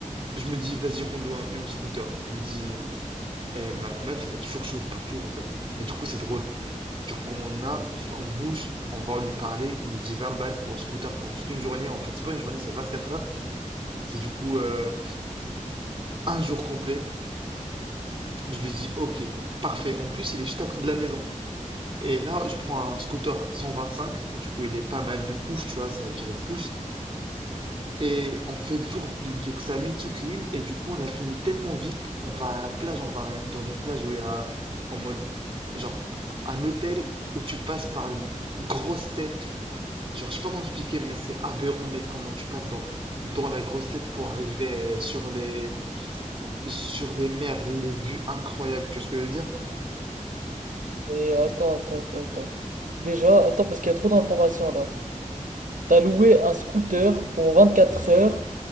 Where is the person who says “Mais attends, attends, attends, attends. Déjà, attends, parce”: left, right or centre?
Right